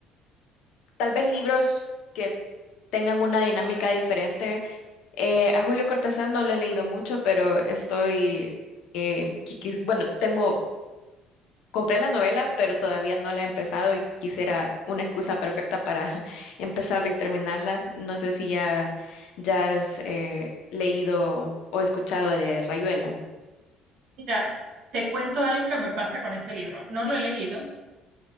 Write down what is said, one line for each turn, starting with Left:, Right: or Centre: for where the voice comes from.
Left: tal vez libros que tengan una dinámica diferente. Eh, a Julio Cortázar no lo he leído mucho, pero estoy, eh, qui- quis- bueno, tengo, compré la novela, pero todavía no la he empezado y quisiera una excusa perfecta para <laughs> empezarla y terminarla. No sé si ya, ya has eh, leído o escuchado de Rayuela.
Right: Mira, te cuento algo que me pasa con ese libro. No lo he leído